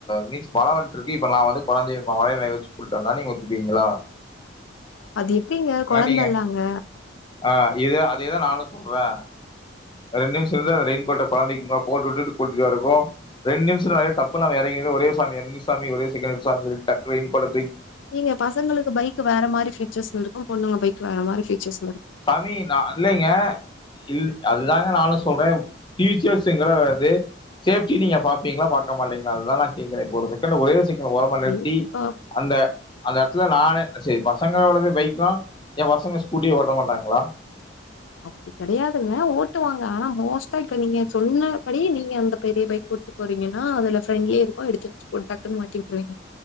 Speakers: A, on the left (about 25°); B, on the left (about 80°).
A: மீன்ஸ் மழ வந்ட்ருக்கு இப்ப நா வந்து கொழந்தைய மழைல நெனய வச்சு கூட்டு வந்தா நீங்க ஒத்துப்பீங்ளா
B: அது எப்டிங்க கொழந்தல்லங்க
A: நீங்க ஆ இது அதேதா நானு சொல்றே ரெண்ட் நிம்ஷொர்ந்தா ரெய்ன் கோட்ட கொழந்தக்கி போட்டு உட்டுட்டு கூட்டிட்டு வரக்கு ரெண்ட் நிம்ஷொ டப்புனு அவெ எறங்கி து ஒரே சாமி ரெண் சாமி ஒரே செகன்ட் சாமி சொல்ட் டக்குனு ரைய்ன் கோட்ட
B: நீங்க பசங்களுக்கு பைக்கு வேற மாரி ஃபீச்சர்ஸ் இருக்கு பொண்ணுங்க பைக் வேற மாரி ஃபீச்சர்ஸ்
A: சாமி ந இல்லைங்க இல் அதுதாங்க நானு சொல் ஃபியுச்சர்ஸ்ங்கற வருது சேஃப்டி நீங்க பாப்பிங்ளா மாட்டமா இல்லிங்ளா அதா நா கேக்கற இப்ப ஒரு செகண்ட் ஒரேயொரு செகண்ட் உங்கள ஓரமா நிறுத்தி
B: எப்படிப்பா
A: அந்த அந்த எடத்துல நானு செரி பசங்கலவது பைக்கு ஏ பசங்க ஸ்கூட்டியே ஓட்ட மாட்டாங்களா
B: அப்படி கெடையாதுங்க ஓட்டுவாங்க ஆனா மோஸ்டா இப்ப நீங்க சொன்னபடி நீங்க அந்த பெரிய பைக் ஒட்டி போறிங்கன்னா அதுல ஃப்ரெண்ட்லி இருக்கு எடுத்து வெச்சு டக்குன்னு மாட்டி விட்ருவீங்க